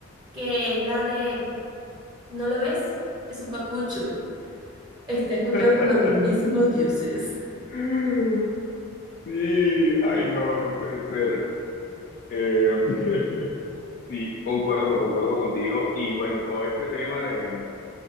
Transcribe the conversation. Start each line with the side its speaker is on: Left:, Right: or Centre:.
Right: que es la de, ¿no lo ves? Es un papucho. Está esculpido
Left: <laughs>
Right: por los mismísimos dioses.
Left: <laughs> Sí, ay, no, no puede ser. Eh, <laughs> sí, concuerdo, concuerdo contigo. Y bueno, todo este tema de, em,